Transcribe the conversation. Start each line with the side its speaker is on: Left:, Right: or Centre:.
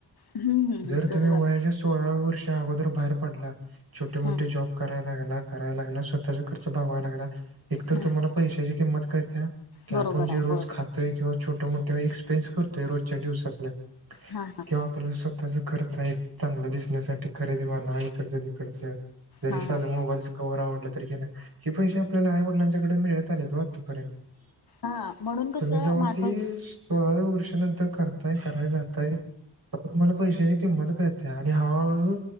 Left: हम्म हम्म,
Right: जर तुम्ही
Left: बरोबर
Right: वयाच्या सोळाव्या वर्षा अगोदर बाहेर पडला छोटे मोठे
Left: हम्म
Right: जॉब कराय- लग्न करायला लागला, स्वतःचा खर्च भागवायला लागला. तर
Left: हम्म
Right: तुम्हाला पैशाची किंमत कळतेया की
Left: बरोबर
Right: आपण जि
Left: आहे
Right: रोज
Left: होय
Right: खात य किंवा छोट्या मोठ्या एक्सपिरयन्स करतोय रोजच्या दिवसातल.
Left: हा हा.
Right: तेव्हा आपल्याला स्वतःचा खर्च आहे चांगल दिसण्यासाठी खरेदी म्हना इकडच तिकडच जरी
Left: हा
Right: साधं
Left: हा
Right: मोबाईलचं कवर आवडलं तरी घेनार हे पैसे आपल्याला आई वडिलांच्याकडे मिळत आलेत हो आत्तापर्यंत.
Left: हा म्हणून कसं
Right: तुम्ही जव्हा
Left: माणूस
Right: तिच सोळाव्या वर्षानंतर करताय कराय जाताय तुम्हाला पैशाची किंमत कळते आणि हळूहळू